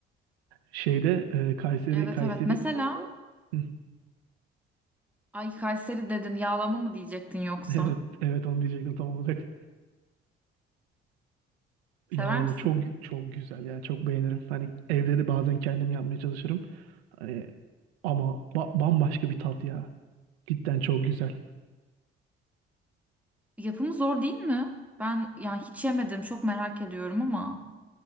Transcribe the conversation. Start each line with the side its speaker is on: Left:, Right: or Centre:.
Right: Şeyde e, Kayseri
Centre: Evet
Right: Kayseri
Centre: evet. Mesela
Right: <laughs> Hı,
Centre: ay Kayseri dedin yağlama mı diyecektin yoksa?
Right: evet evet onu diyecektim tam olarak.
Centre: Sever
Right: Yağlama
Centre: misin?
Right: çok çok güzel ya. Çok beğenirim. Hani evde de bazen kendim yapmaya çalışırım. Hani ama ba- bambaşka bir tat ya. Cidden çok güzel.
Centre: Yapımı zor değil mi? Ben yani hiç yemedim, çok merak ediyorum ama